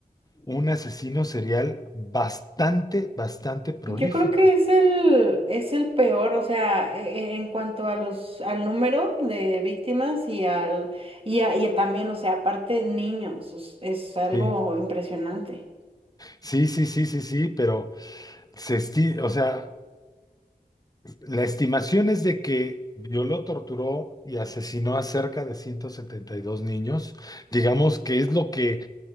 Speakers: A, on the left (about 25°); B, on the right (about 35°).
A: un asesino serial bastante, bastante prolífico.
B: Yo creo que es el, es el peor, o sea, e- e- en cuanto a los, al número de víctimas y al, y, a- y también, o sea, aparte niños, es, es algo
A: Sí,
B: impresionante.
A: sí, sí, sí, sí, sí, pero se esti- o sea, la estimación es de que violó, torturó y asesinó a cerca de 172 niños. Digamos que es lo que